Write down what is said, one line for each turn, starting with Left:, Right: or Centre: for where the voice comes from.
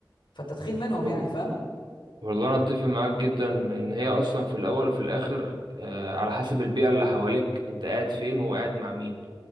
Left: فالتدخين منهم
Right: و-
Left: يعني فاهم
Right: والله انا اتفق معاك جدا ان هي اصلا في الاول وفي الاخر آه على حسب البيئة اللي حواليك انت قاعد فين وقاعد مع مين